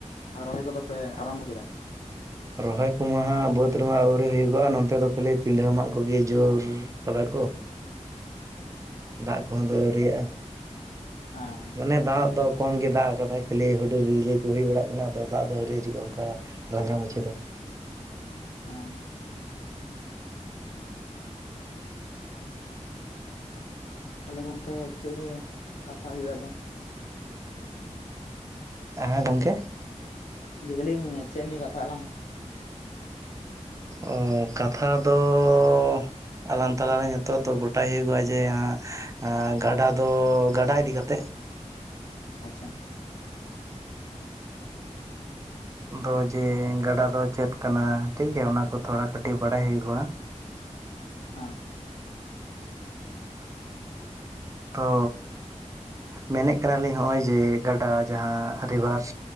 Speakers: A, on the left; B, on the right.
A: ᱟᱨ ᱨᱚᱦᱚᱭ ᱠᱚᱫᱚ ᱯᱮ ᱟᱨᱟᱢᱵᱷᱚ ᱠᱮᱫᱟ ᱾
B: ᱨᱚᱦᱚᱭ ᱠᱚᱢᱟ ᱵᱟᱹᱫᱽ ᱨᱮᱢᱟ ᱟᱹᱣᱨᱤ ᱦᱩᱭᱩᱜᱚᱜᱼᱟ ᱱᱚᱛᱮ ᱫᱚ ᱠᱷᱟᱹᱞᱤ ᱯᱤᱰᱟᱹ ᱢᱟᱜ ᱠᱚᱜᱮ ᱡᱳᱨ ᱠᱟᱫᱟ ᱠᱚ
A: ᱻ <inaudible>
B: ᱫᱟᱜ ᱠᱚᱦᱚᱸ ᱫᱚ ᱟᱹᱣᱨᱤᱭᱟᱜᱼᱟ ᱾
A: ᱦᱮᱸ
B: ᱢᱟᱱᱮ
A: ᱚᱱᱟᱜᱮ
B: ᱫᱟᱜ
A: ᱦᱩᱭᱩᱜ
B: ᱫᱚ
A: ᱠᱟᱱᱟ,
B: ᱠᱚᱢ ᱜᱮ ᱫᱟᱜ ᱟᱠᱟᱫᱟᱭ ᱾ ᱠᱷᱟᱹᱞᱤ ᱦᱩᱰᱮᱞ ᱵᱤᱡᱽᱞᱤ ᱠᱚ ᱦᱩᱭ ᱵᱟᱲᱟᱜ ᱠᱟᱱᱟ ᱟᱫᱚ ᱫᱟᱜ ᱫᱚ ᱟᱹᱣᱨᱤ ᱦᱤᱡᱩᱜᱼᱟ ᱚᱱᱠᱟ ᱨᱟᱸᱜᱟ ᱢᱟᱹᱪᱷᱤ ᱫᱚ ᱾
A: ᱦᱮᱸ ᱛᱟᱦᱞᱮ ᱜᱚᱝᱠᱮ ᱪᱮᱫ ᱱᱤᱭᱟ ᱠᱟᱛᱷᱟ ᱦᱩᱭᱩᱜ- ᱟ ᱫᱚ ᱾
B: ᱦᱮᱸ ᱜᱚᱝᱠᱮ ᱾
A: ᱞᱟᱹᱭ ᱫᱟᱞᱤᱧ ᱪᱮᱫ ᱱᱤᱭᱟᱹ ᱠᱟᱛᱷᱟᱜᱼᱟ ᱞᱟᱝ? ᱻ <inaudible>
B: ᱚ ᱠᱟᱛᱷᱟ ᱫᱚ ᱻ ᱟᱞᱟᱝ ᱛᱟᱞᱟᱨᱮ ᱱᱤᱛᱚᱜ ᱫᱚ ᱜᱚᱴᱟ ᱦᱩᱭᱩᱜᱼᱟ, ᱡᱮ ᱟ ᱜᱟᱰᱟ ᱫᱚ ᱜᱟᱰᱟ ᱤᱫᱤ ᱠᱟᱛᱮᱜ
A: ᱟᱪᱪᱷᱟ ᱻ <inaudible>
B: ᱫᱚ ᱡᱮ ᱜᱟᱰᱟ ᱫᱚ ᱪᱮᱫ ᱠᱟᱱᱟ ᱴᱷᱤᱠᱜᱮᱭᱟ ᱚᱱᱟ ᱠᱚ ᱛᱷᱚᱲᱟ ᱠᱟᱹᱴᱤᱡ ᱵᱟᱲᱟᱭ ᱦᱩᱭᱩᱜᱼᱟ᱾
A: ᱟᱸ
B: ᱛᱚ ᱢᱮᱱᱮᱫ ᱠᱟᱱᱟᱞᱤᱧ ᱱᱚᱜᱼᱚᱭ ᱡᱮ ᱜᱟᱰᱟ ᱡᱟᱦᱟᱸ ᱨᱤᱵᱷᱟᱨᱥ